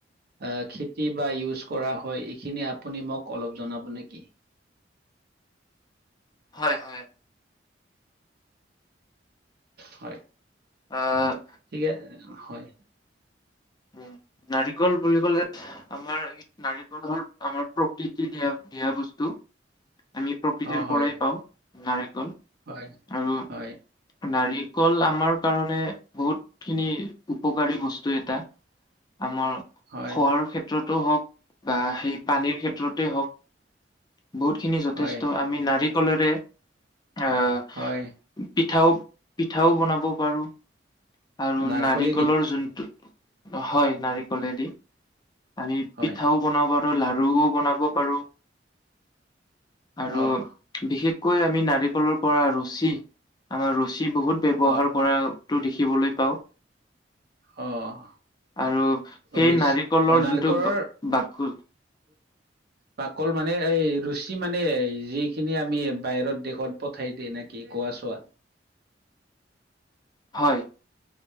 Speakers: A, on the right (about 55°); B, on the left (about 25°).
A: অ', খেতি বা ইউজ কৰা হয় এইখিনি আপুনি মোক অলপ জনাব নেকি।
B: হয় হয়।
A: হয়।
B: অ'
A: ঠিকে হয়।
B: উম, নাৰিকল বুলি কলে আমাৰ নাৰিকলৰ আমাৰ প্ৰকৃতি দিয়া দিয়া বস্তু। আমি প্ৰকৃতিৰ
A: অ হয়
B: পৰাই পাওঁ নাৰিকল
A: হয়,
B: আৰু
A: হয়,
B: নাৰিকল আমাৰ কাৰণে বহুতখিনি উপকাৰী বস্তু এটা। আমাৰ
A: হয়,
B: খোৱাৰ ক্ষেত্ৰতো হওক বা সেই পানীৰ ক্ষেত্ৰতে হওক। বহুতখিনি যথেষ্ট
A: হয়,
B: আমি নাৰিকলেৰে আঁ
A: হয়।
B: পিঠাও পিঠাও বনাব পাৰো। আৰু
A: নাৰিকলেদি
B: নাৰিকলৰ যোনটো হয় নাৰিকলেদি। আমি
A: হয়।
B: পিঠাও বনাব পাৰো লাৰুও বনাব পাৰো। আৰু
A: অ',
B: বিশেষকৈ আমি নাৰিকলৰ পৰা ৰছী আমাৰ ৰছী বহুত ব্যৱহাৰ
A: অ',
B: কৰাটো
A: অ',
B: দেখিবলৈ পাওঁ।
A: অ',
B: আৰু সেই
A: ৰুচি
B: নাৰিকলৰ
A: নাৰিকলৰ
B: যোনটো বাক
A: বাকল মানে এই ৰছী মানে যিখিনি আমি বাহিৰত দেশত পঠাই দিয়ে নে কি গোৱা চোৱাত।
B: হয়